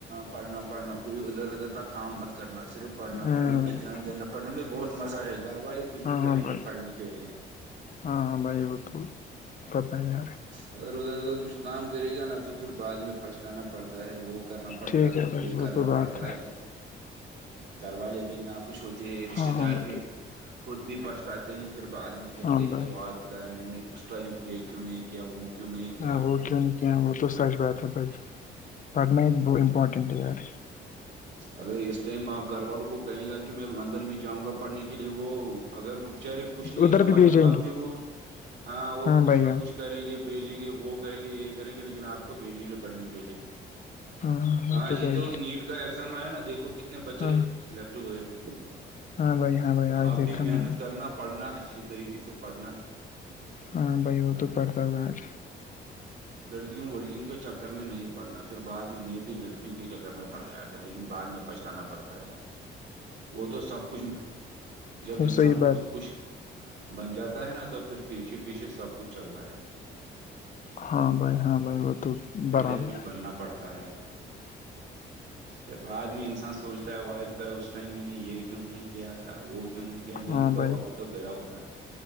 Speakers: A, on the right; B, on the left.
A: پڑھنا پڑھنا کوئی ادھر ادھر کا کام مت کرنا صرف پڑھنا
B: ہاں
A: پڑنے میں دھیان دینا پڑنے میں بہت مزہ ہے گھر والے کچھ بھی کریں
B: ہاں بھائی
A: گے پڑھنے کے لیے
B: ہاں ہاں بھائی وہ تو پتہ ہے یار
A: اگر ادھر ادھر کچھ کام کرے گا نا تو پھر بعد میں پچھتانا پڑتا ہے وہ کرنا پڑتا
B: ٹھیک
A: ہے
B: بھائی
A: یہ
B: وہ
A: کرنا
B: تو بات
A: پڑتا ہے دروازے بھی نہ خوش ہوتے ہے رشتے
B: ہاں ہاں
A: دار
B: وہ
A: بھی
B: تو
A: خود بھی پچھتاتے ہیں پھر بعد میں کہتے
B: ہاں بھائی
A: کہ و خدا میں نے اس ٹائم یہ کیوں نہیں کیا وہوں کیوں نہیں کیا
B: اں وہ کیوں ن کہ وہ تو سچ بات ہے ب پن بہ امپارٹنٹ ار
A: اگر اس ٹائم آپ گھر والوں کو کہے گا کہ میں لندن بھی جاؤں گا پڑھنے کے لیے وہ اگر وہ بچارے کچھ نہیں
B: ادھر
A: کماتے
B: بھی بھیجیں
A: تب
B: گے
A: بھی وہ ہاں وہ کچھ
B: بھائی
A: نہ
B: ہاں
A: کچھ کریں گے بھیجیں گے وہ کریں گے یہ کریں گے لیکن آپ کو بھیجیں گے پڑھنے کے لیے
B: ہاں وہ
A: ہاں جی
B: بھائی
A: تو نیٹ کا ایگزام آیا نا دیکھو کتنے بچے
B: ہاں
A: لکٹ ہوئے ہے
B: ہاں بھائی ہاں بھائی آج
A: اب
B: دیکھا
A: بھی محنت
B: میں نے
A: کرنا پڑھنا اچھے طریقے سے پڑھنا
B: ہاں بھائی وہ تو پڑھتا ہو آج
A: <inaudible> لڑکیوں وڑکیوں کے چکر میں نہیں پڑھنا پھر بعد میں میں بھی لڑکیوں کے چکر میں پڑ گیا تھا لیکن بعد میں پچھتانا پڑتا ہے وہ تو سب کچھ جب
B: وہ
A: انسان
B: صحیح بات
A: خود کچھ بن جاتا ہے نا تو پھر پیچھے پیچھے سب کچھ چلتا ہے
B: ہاں بھائی ہاں بھائی وہ تو
A: پہلے
B: برابر
A: کچھ
B: ہے
A: بننا پڑتا ہے پھر بعد میں انسان سوچتا ہے وائی خدا اس ٹائم میں نے یہ کیوں نہیں کیا تھا وہ کیوں نہیں لیکن
B: ہاں
A: تو
B: بھائی
A: وقت تو گیا ہوتا ہے